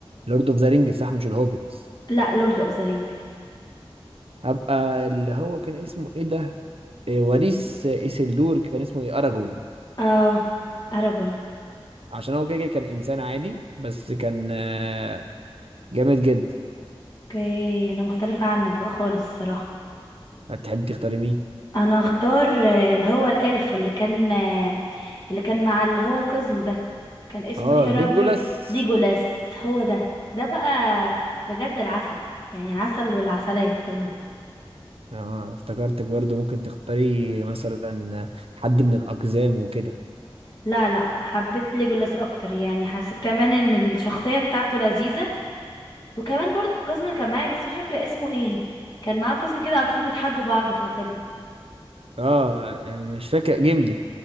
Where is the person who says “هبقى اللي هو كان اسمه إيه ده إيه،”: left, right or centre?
Right